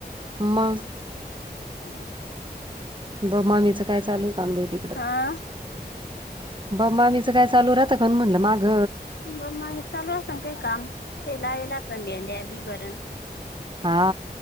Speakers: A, on the right; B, on the left.
A: म
B: अ
A: ब ममीचं काय चालू हाय काय काम बय ते.
B: आ.
A: ब मामीच काय चालू राहत कमून म्हणलं माग
B: ब मामी मी चालू आसन काई काम काई लाविल्या असन भेंड्या बी बरण.
A: हा